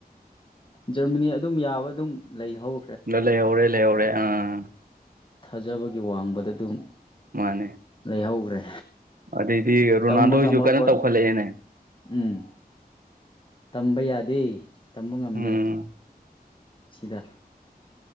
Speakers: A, on the left; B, on the right.
A: ꯖꯔꯃꯅꯤ ꯑꯗꯨꯝ ꯌꯥꯕ ꯑꯗꯨꯝ ꯂꯩ ꯍꯧ
B: ꯅ ꯂꯩꯍꯧꯔꯦ ꯂꯩꯍꯧꯔꯦ ꯑꯥ
A: ꯊꯥꯖꯕꯒꯤ ꯋꯥꯡꯃꯗ ꯑꯗꯨꯝ
B: ꯃꯥꯅꯦ
A: ꯂꯩꯍꯧꯈ꯭ꯔꯦ
B: ꯑꯗꯩꯗꯤ ꯔꯣꯅꯥꯜꯗꯣꯁꯨ
A: ꯇꯝꯕ ꯉꯝꯃꯛꯄ
B: ꯀꯟꯅ ꯇꯧꯈꯠꯂꯛꯑꯦꯅꯦ
A: ꯎꯝ ꯇꯝꯕ ꯌꯥꯗꯦ ꯇꯝꯕ ꯉꯝꯗꯦ
B: ꯎꯝ
A: ꯁꯤꯗ